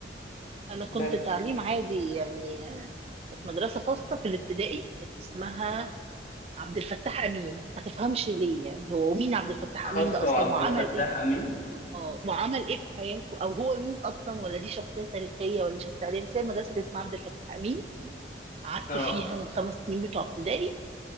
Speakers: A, on the right; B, on the left.
A: انا كنت
B: بس
A: تعليم عادي يعني آه، كانت مدرسه خاصه في الابتدائي كانت اسمها عبد الفتاح امين ما تفهمش ليه يعني هو مين عبد الفتاح
B: خاصة
A: امين ده اصلا
B: وعبد
A: وعمل
B: الفتاح
A: ايه
B: أمين
A: اه وعمل ايه في حياته او هو مين اصلا ولا دي شخصيه تاريخيه ولا دي شخصيه عادية بس هي المدرسه كانت اسمها عبد الفتاح امين قعدت
B: اه
A: فيها الخمس سنين بتوع ابتدائي